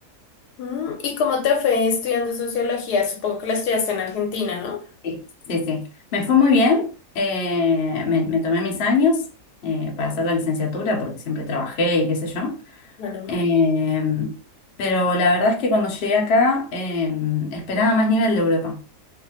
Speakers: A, on the left; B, on the left.
A: Mm, ¿Y cómo te fue estudiando sociología? Supongo que la estudiaste en Argentina, ¿no?
B: sí, sí, sí. Me fue muy bien. eh, me, me tomé mis años eh, para hacer la licenciatura porque siempre trabajé y qué sé yo.
A: Bueno.
B: Em, pero la verdad es que cuando llegué acá em, esperaba más nivel de Europa.